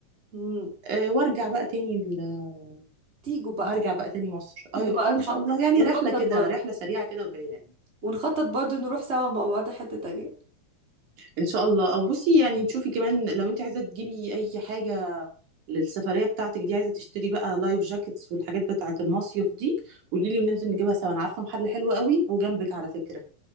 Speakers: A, on the right; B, on the right.
A: مم.
B: أه وارجع بقى تاني ال-
A: تيجوا بقى
B: هرجع بقى تاني مصر
A: تيجوا
B: ايوه
A: بقى
B: اه
A: نخط
B: ان شاء الله يعني
A: نخطط
B: رحله كده
A: برضه
B: رحله سريعه كده وجايه يعني.
A: ونخطط برضه نروح سوا مع بعض حته تانيه
B: ان شاء الله او بصي يعني تشوفي كمان لو انت عايزه تجيبي اي حاجه للسفريه بتاعتك دي عايزه تشتري بقى لايف جاكيتس والحاجات بتاعه المصيف دي قولي لي وننزل نجيبها سوا انا عارفه محل حلو قوي وجنبك على فكره